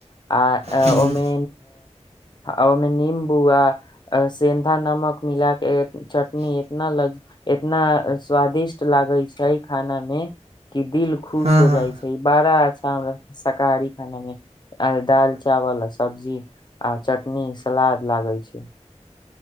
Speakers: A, on the left; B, on the right.
A: आ
B: हूँ
A: ओहिमे ओहिमे निम्बू आ सेन्धा नमक मिलााके चटनी इतना लग इतना स्वादिष्ट लागै छै खाना मे कि दिल खुश
B: हँ
A: हो
B: हँ
A: जाइ छै ई बड़ा अच्छा हमरा शाकाहारी खाना मे। <unintelligible> आ दाल चावल आ सब्जी आ चटनी सलाद लागे छै। <unintelligible>